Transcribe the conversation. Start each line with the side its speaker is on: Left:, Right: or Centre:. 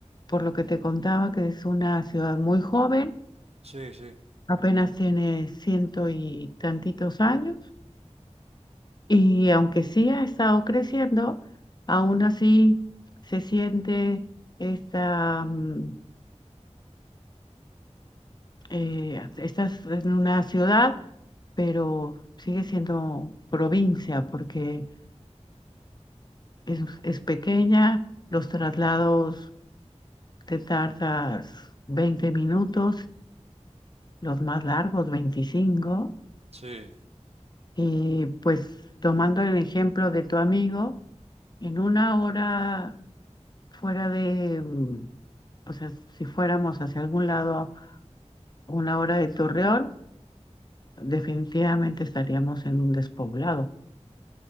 Left: por lo que te contaba que es una ciudad muy joven,
Right: Sí, sí,
Left: apenas tiene ciento y tantitos años. Y aunque sí ha estado creciendo, aún así se siente esta, mm, eh, estás en una ciudad, pero sigue siendo provincia porque es, es pequeña, los traslados te tardas 20 minutos, los más largos veinticinco
Right: sí,
Left: y pues tomando el ejemplo de tu amigo, en una hora fuera de, mm, o sea, si fuéramos hacia algún lado una hora de Torreón, definitivamente estaríamos en un despoblado,